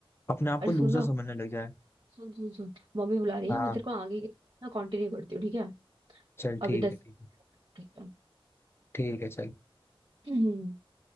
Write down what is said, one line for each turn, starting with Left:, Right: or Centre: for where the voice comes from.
Left: अपने आप
Right: अरे
Left: को लूजर
Right: सुन ना
Left: समझने लग जाए
Right: सुन सुन सुन मम्मी बुला रही
Left: हाँ
Right: है मैं तेरे को आगे ना कंटिन्यू करती हूँ ठीक है
Left: चल
Right: अभी
Left: ठीक
Right: दस
Left: है ठीक है
Right: ठीक
Left: ठीक है चल
Right: है <clears throat>